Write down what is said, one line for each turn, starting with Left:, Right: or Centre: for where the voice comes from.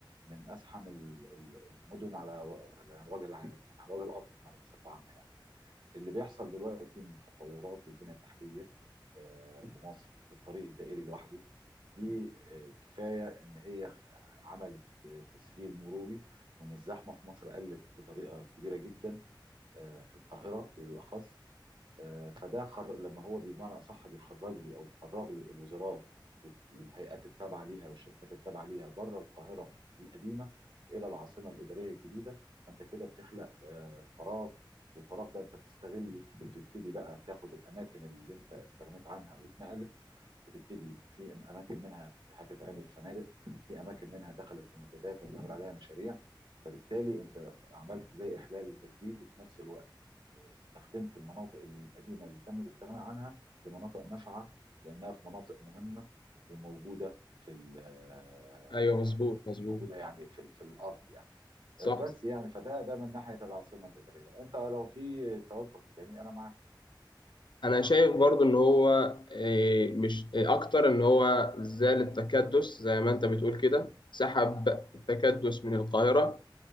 Right: من ازحم ال- ال- المدن على و- على وجه العالم يعني على وجه الارض بصفه عامه يعني اللي بيحصل دلوقتي من تطورات للبنيه التحتيه آه، في مصر للطريق الدائري لوحده دي آه، كفايه ان هي عملت آه، تسهيل مروري وان الزحمه في مصر قلت بطريقه كبيره جدا آه، في القاهره بالاخص آه، فده خر... لما هو بمعنى اصح بيخرج لي او بيفرغ لي الوزارات وال- والهيئات التابعه ليها والشركات التابعه ليها بره القاهره القديمه الى العاصمه الاداريه الجديده فانت كده بتخلق آه، فراغ والفراغ ده انت بتستغله بتبتدي بقى بتاخد الاماكن اللي انت استغنيت عنها واتنقلت بتبتدي في اماكن منها هتتعمل فنادق في اماكن منها دخلت في مزادات وهيتعمل عليها مشاريع فبالتالي انت عملت زي احلال وتجديد وفي نفس الوقت استخدمت المناطق القديمه اللي تم الاستغناء عنها لمناطق نافعه لانها في مناطق مهمه وموجوده في ال-
Left: ايوه مظبوط مظبوط
Right: موجوده يعني في في الارض يعني
Left: صح
Right: آه، بس يعني فده ده من ناحيه العاصمه الاداريه انت لو في توجه تاني انا معاك
Left: انا شايف برضو ان هو آه، مش آه، اكتر ان هو زال التكدس زي ما انت بتقول كده سحب التكدس من القاهرة